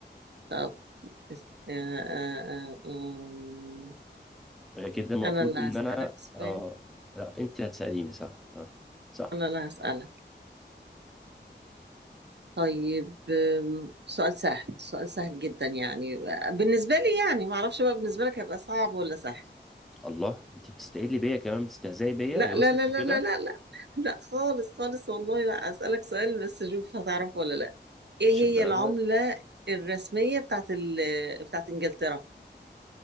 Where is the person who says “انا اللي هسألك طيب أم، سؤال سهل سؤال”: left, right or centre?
Right